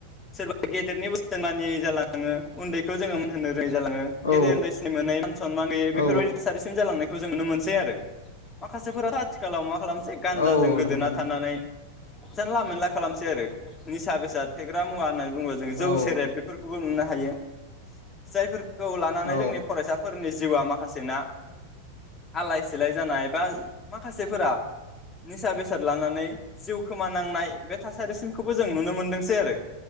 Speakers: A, on the left (about 15°); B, on the left (about 70°).
A: सोरबा गेदेरनि बोसोन मानियै जालाङो उन्दैखौ जोङो मान होनो रोङै जालाङो
B: औ
A: गेदेर उन्दै सिन मोनयै मान सनमान गैयै बेफोरबायदि
B: औ
A: थासारिसिम जालांनाय खौ जों नुनो मोनसै आरो माखासेफोराथ' आथिखालाव मा खालाम गानजाजों
B: औ
A: गोदोना
B: नोंथां
A: थानानै जानला मोनला खालामसै आरो निसा बेसाद फेग्रा मुवा होन बुङो जों जौ
B: औ
A: सेरेब बेफोरखौबो नुना हायो। जायफोर खौ लानानै
B: औ
A: जोंनि फरायसाफोरनि जिउआ माखासेना आलाय सिलाय जानाय बा माखासेफोरा निसा बेसाद लानानै जिउ खोमानांनाय बे थासारिसिमखौबो जों नुनो मोनदोंसै आरो